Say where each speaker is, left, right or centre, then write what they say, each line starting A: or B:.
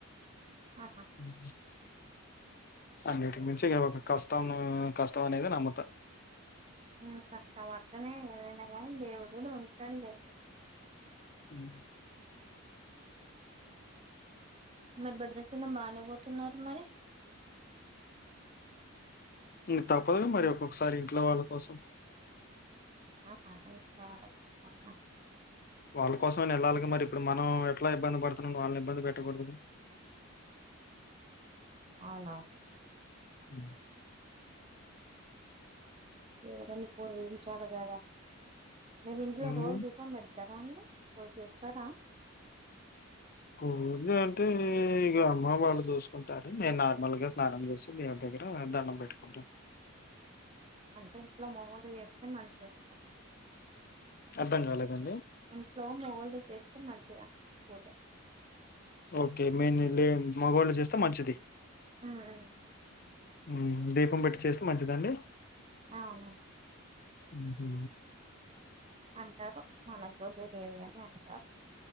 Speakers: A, on the right; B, on the left.
A: ఆహా
B: ఉ అన్నిటికి నుంచి ఒక కష్టం కష్టం అనేది నమ్ముతా
A: హ్ కష్టపడతనే ఏదైనా గానీ దేవుడు గూడ ఉంటాడు లే
B: హ్
A: మీర్ భద్రచలం బానే పోతున్నారు మరి
B: ఇగా తప్పదు మరి ఒక్కొక్కసారి ఇంట్లో వాళ్ళ కోసం
A: ఆహా ఇంట్ల వాళ్ళ కోసం మా
B: వాళ్ళ కోసం ఐనా ఏళ్లాలి. మరి ఇప్పుడు మనం ఎట్లా ఇబ్బంది పడుతున్నా వాళ్ళని ఇబ్బంది పెట్టకూడదుగా
A: అవునా
B: అ
A: దేవుడని పూజించాలి కదా మీరు ఇంట్లో
B: ఉమ్
A: రోజు దీపం పెడత పెడతారా అండి పూజ చేస్తారా
B: పూజ అంటే ఇక అమ్మ వాళ్ళు చూసుకుంటారు. నేను నార్మల్ గా స్నానం చేసి దేవుడి దగ్గర దండం పెట్టుకుంటాను.
A: అంటే ఇంట్లో మొగోళ్లు చేస్తే మంచిదంట.
B: అర్థం కాలేదండి
A: ఇంట్లో మొగోళ్లు మ పోద
B: ఓకే మెయిన్ లే మగవాళ్ళు చేస్తే మంచిది
A: ఆ ఆ
B: హ్మ్ దీపం పెట్టి చేస్తే మంచిదండి
A: అవును
B: ఊహూ
A: అంటారు మనగ్గూడ తె వేరుగానే అంటారు